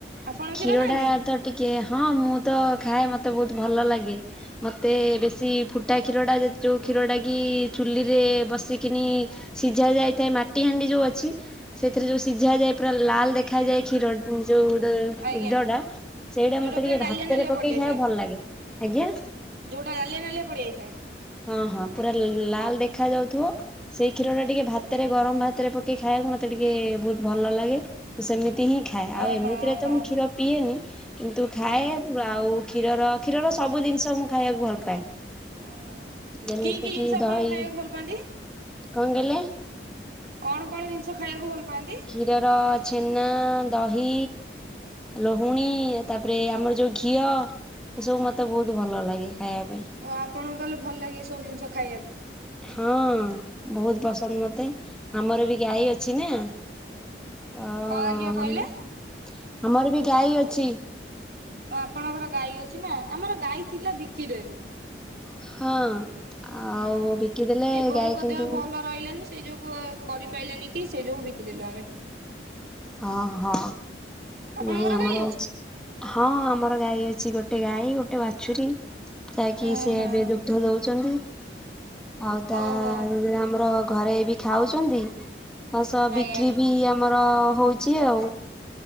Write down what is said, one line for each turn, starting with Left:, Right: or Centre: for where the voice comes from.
Right: ଆପଣ
Centre: କ୍ଷୀରଟା
Right: କ୍ଷୀର ଖାଆନ୍ତି?
Centre: ତ ଟିକେ ହଁ, ମୁଁ ତ ଖାଏ ମତେ ବହୁତ ଭଲ ଲାଗେ। ମୋତେ ବେଶୀ ଫୁଟା କ୍ଷୀରଟା ଯେ, ଯୋଉ କ୍ଷୀରଟା କି ଚୁଲିରେ ବସିକିନି ସିଝା ଯାଇଥାଏ ମାଟି ହାଣ୍ଡି ଯୋଉ ଅଛି, ସେଥିରେ ଯୋଉ ସି ସିଝା ଯାଏ ପୁରା ଲାଲ ଦେଖାଯାଏ, କ୍ଷୀର ଯୋଉ ଗୁଡା
Right: ଆଜ୍ଞା
Centre: ଦୁଗ୍ଧ ଟା, ସେଇଟା
Right: ଯୋଉଟା
Centre: ମତେ
Right: ପୁରା
Centre: ଟିକେ
Right: ନାଲିଆ
Centre: ଭାତରେ
Right: ନାଲିଆ
Centre: ପକେଇ
Right: ପଡିଯାଇଥାଏ
Centre: ଖାଇବାକୁ ଭଲ ଲାଗେ। ଆଜ୍ଞା
Right: ଯୋଉଟା ନାଲିଆ ନାଲିଆ ପଡିଯାଇଥାଏ।
Centre: ହଁ- ହଁ ପୁରା ଲାଲ ଦେଖା ଯାଉଥିବ। ସେଇ କ୍ଷୀରଟା ଟିକେ ଭାତରେ, ଗରମ ଭାତରେ ପକେଇ ଖାଇବାକୁ ମତେ ଟିକେ ବହୁତ୍ ଭଲ ଲାଗେ, ମୁଁ ସେମିତି ହିଁ ଖାଏ।
Right: ଓହୋ
Centre: ଆଉ ଏମିତିରେ
Right: ଓହୋ
Centre: ତ ମୁଁ କ୍ଷୀର ପିଏନି, କିନ୍ତୁ ଖାଏ
Right: ଓହୋ
Centre: ଆଉ କ୍ଷୀରର, କ୍ଷୀରର ସବୁ ଜିନିଷ ମୁଁ ଖାଇବାକୁ ଭଲ ପାଏ
Right: ଓହୋ।
Centre: ଯେମିତି
Right: କି କି ଜିନିଷ
Centre: କିି
Right: ଆପଣ
Centre: ଦହି।
Right: ଖାଇବାକୁ ଭଲ ପାଆନ୍ତି
Centre: କଣ କହିଲେ?
Right: କଣ କଣ ଜିନିଷ ଖାଇବାକୁ ଭଲ ପାଆନ୍ତି?
Centre: କ୍ଷୀରର ଛେନା ଦହି ଲହୁଣୀ ତାପରେ ଆମର ଯୋଉ ଘିଅ, ଏ ସବୁ ମତେ ବହୁତ ଭଲ ଲାଗେ ଖାଇବା ପାଇଁ।
Right: ଓ ଆପଣଙ୍କୁ ତାହେଲେ ଭଲ ଲାଗେ ଏ ସବୁ ଜିନିଷ ଖାଇବାକୁ?
Centre: ହଁ ବହୁତ ପସନ୍ଦ ମତେ। ଆମର ବି ଗାଈ ଅଛି ନା। ତ
Right: କଣ ଆଜ୍ଞା କହିଲେ?
Centre: ଆମର ବି ଗାଈ ଅଛି।
Right: ଓ ଆପଣଙ୍କର ଗାଈ ଅଛି ନା? ଆମର ଗାଈ ଥିଲା ବିକିଦେଲୁ।
Centre: ହଁ ଆଉ
Right: ହୁଁ।
Centre: ବିକିଦେଲେ
Right: ଏ ବୋଉଙ୍କ
Centre: ଗାଈ କିନ୍ତୁ
Right: ଦେହ ଭଲ ରହିଲାନି ସେଇ ଯୋଗୁଁ କରିପାରିଲା ନି କି ସେଇ ଯୋଗୁଁ ବିକିଦେଲୁ ଆମେ।
Centre: ହଁ ହଁ।
Right: ଆପଣଙ୍କର
Centre: ନାଇଁ ଆମର
Right: ଗାଈ
Centre: ଅଛି। ହଁ ଆମର ଗାଈ ଅଛି ଗୋଟେ ଗାଈ ଗୋଟେ ବାଛୁରୀ। ଯାକି
Right: ଓହୋ
Centre: ସେ ଏବେ ଦୁଗ୍ଧ ଦଉଛନ୍ତି। ଆଉ ତାରେ
Right: ଓହୋ
Centre: ଆମର ଘରେ ବି ଖାଉଛନ୍ତି। ତା ସହ
Right: ଆଜ୍ଞା
Centre: ବିକ୍ରି ବି ଆମର ହଉଛି ଆଉ।